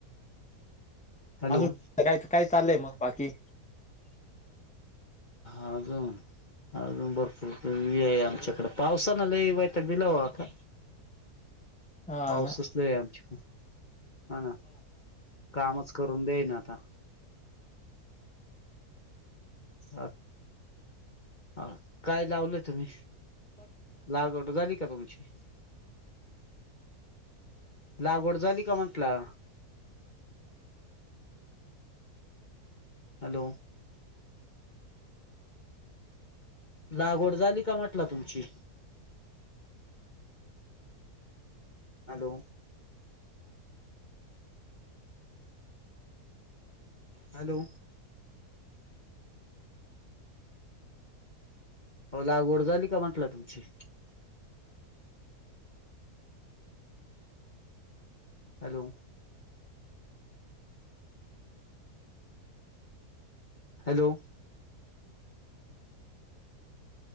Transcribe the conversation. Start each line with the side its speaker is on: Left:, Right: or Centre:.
Left: हॅलो
Centre: अजून काय काय चाललंय मग बाकी.
Left: अगून. अजून भरपूर आहे आमच्याकडे पावसान लई वाईटक दिलावा आता.
Centre: <inaudible>
Left: पाऊसच
Centre: ना
Left: ल आहे आमच्या हा ना कामच. करून दे्याई ना आता. अ हा काय लावलं तुम्ही. लाल गोट झाली का तुमची. लागवड झाली का म्हटला.
Centre: ह <unintelligible>
Left: हॅलो. लागवड झाली का म्हटलं तुमची? हॅलो हॅलो हो लागवड झाली का म्हंटलं तुमची? Hello hello